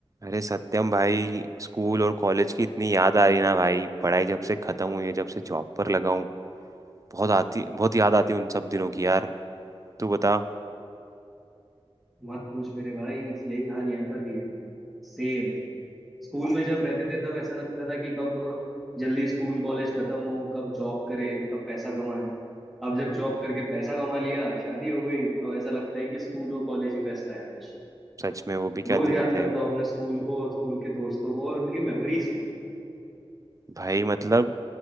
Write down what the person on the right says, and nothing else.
अरे सत्यम भाई स्कूल और कॉलेज की इतनी याद आ रही ना भाई पढ़ाई जब से खत्म हुई है जब से जॉब पर लगा हूँ बहुत आती बहुत याद आती है उन सब दिनों की यार तू बता
सच में वो भी क्या
दिन
थे
भाई मतलब